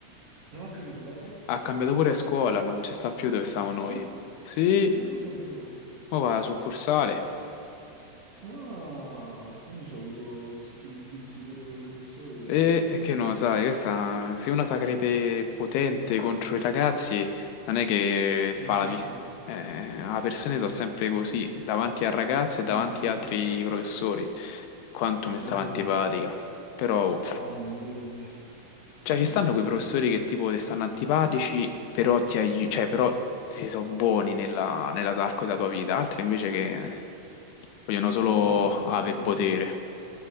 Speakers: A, on the right; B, on the left.
A: non ho capito cosa?
B: Ha cambiato pure scuola, non ci sta più dove stavamo
A: Ah sì?
B: noi. Sì,
A: Ah, non lo sapevo.
B: Ma va, succursale.
A: Ah, quindi ci ha avuto schiribizi pure con i professori, evidentemente.
B: E e che no, sai, questa, se una sa crede potente contro i ragazzi, non è che
A: Eh
B: fa
A: certo,
B: la vita. le persone sono sempre così, davanti al ragazzo e
A: Mm,
B: davanti
A: Eh,
B: agli altri professori. Quanto mi
A: eh,
B: stava
A: è vero.
B: antipatica. Però, oh,
A: Ah, non me lo dire a me. <laughs>
B: cioè,
A: Ma
B: ci
A: invece
B: stanno quei
A: quella
B: professori
A: di...
B: che tipo ti stanno antipatici, però ti aiutano, cioè,
A: Mhm.
B: però si sono buoni nella, nell'arco della tua vita, altri invece che vogliono solo
A: Sì, sì, sono
B: avere
A: d'accordo.
B: potere.